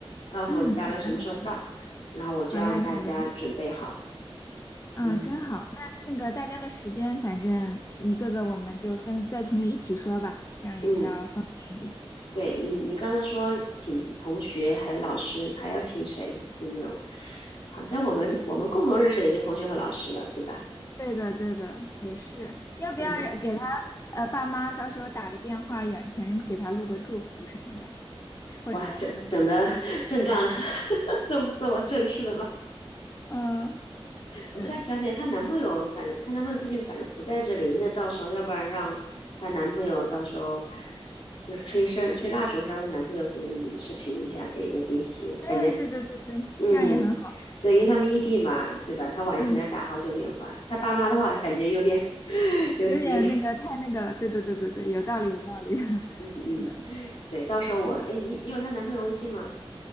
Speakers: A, on the left; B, on the left.
A: 告诉我你大概什么时候到，
B: 嗯，好的好的，
A: 然后我就让大家准备好。
B: 好嘞好嘞。啊，
A: 嗯
B: 真好。那那个大家的时间，反正一个个我们就分在群里一起说吧，这样也比较方便一点。
A: 嗯。对你，你刚才说请同学还有老师，还要请谁？有没有？好像我们我们共同认识也就同学和老师了，对吧？
B: 对的，对的，也是。要不要给他
A: 嗯，
B: 呃爸妈到时候打个电话，远程给他录个祝福什么的，或者
A: 哇，整整的 <laughs> 阵仗，<laughs> 这么这么正式的吗？
B: 嗯、
A: 我突然想起来，
B: 对，
A: 她男朋友，反正她男朋友最近反正不在这里，那到时候要不然让她男朋友到时候就是吹声吹蜡烛，让她男朋友可能视频一下，给一个惊喜，
B: 嗯，
A: 感觉
B: 对对对对，
A: 嗯，
B: 这样也很好。
A: 对，因为他们异地嘛，对吧？他晚上可能要打好久电话。
B: 嗯，
A: 他爸妈的话，感觉有点，<laughs> 有有点，
B: 有点那个太那个了。对对对对对，有道理有道理。<laughs>
A: 嗯嗯，
B: 是的，
A: 对。到时候我，
B: 挺好。
A: 哎，你你有她男朋友微信吗？